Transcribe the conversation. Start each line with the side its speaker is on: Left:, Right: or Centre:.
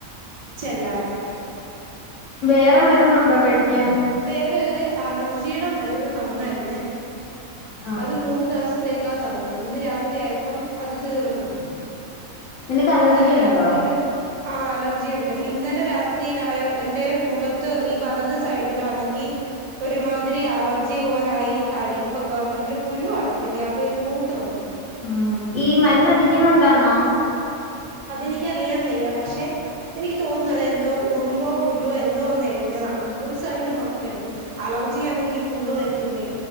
Right: ചെല്ലാന്
Left: വേറെ മരുന്നുണ്ടോ കഴിക്കാൻ
Right: വേറെ ഒരു അലർജിയുടെ മരുന്ന് തന്നായിര്ന്നേ
Left: ആഹ്
Right: അത് മൂന്ന് ദെവ‌സ് ത്തേക്കാ തന്ന ഇന്ന് രാവിലെ ആയപ്പം അത് തീർന്ന്
Left: നിനക്ക് അലർജി
Right: ഇന്നലെ
Left: ഉണ്ടോ
Right: രാത്രിയില് ആ അലർജി ഇണ്ട് ഇന്നലെ രാത്രിയിലായ എന്റെ മുഖത്ത് ഈ വലത് സൈ <unintelligible> ഒരുമാതിരി അലർജി പോലായി തടിപ്പൊക്കെ വന്നിട്ടില്ല പുഴു വാട്ടത്തില്ലേ അതേ കൂട്ട് വന്ന്
Left: ഉം ഈ മരുന്നടി ഇന്നുണ്ടോന്നോ
Right: അതെനിക്കറിയാൻ വയ്യ പക്ഷെ എനിക്ക് തോന്നുന്നു അതെന്തോ ഉറുമ്പോ പുഴുവോ എന്തോ ഒന്ന് എഴിഞ്ഞതാണെന്ന് ഒരു സൈഡ് മാത്രേ ഒള്ളു അലർജിയാണെങ്കി ഫുള്ള് വരത്തില്ലേ